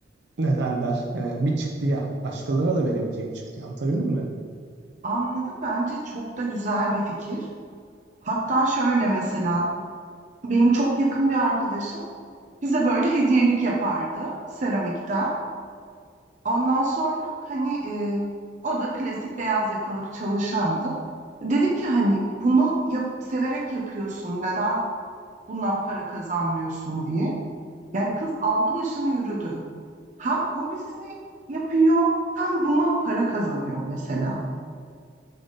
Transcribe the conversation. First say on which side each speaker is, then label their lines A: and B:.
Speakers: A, on the right; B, on the right.
A: ne derler? Ee, bir çıktı ya. Başkalarına da verebileceğim bir çıktı Anlatabildim mi?
B: Anladım bence çok da güzel bir fikir. Hatta şöyle mesela benim çok yakın bir arkadaşım bize böyle hediyelik yapardı seramikten. Ondan sonra hani e, o da klasik beyaz yakalı bir çalışandı. Dedik ki hani bunu yap- severek yapıyorsun neden bundan para kazanmıyorsun diye. Yani kız aldı başını yürüdü. Hem hobisini yapıyor hem bundan para kazanıyor mesela.